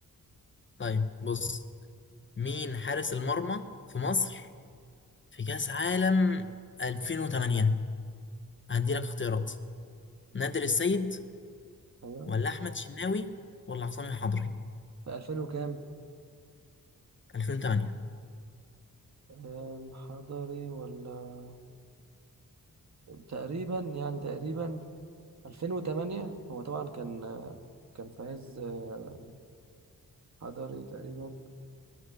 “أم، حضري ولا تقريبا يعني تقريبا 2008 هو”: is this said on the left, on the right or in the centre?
Right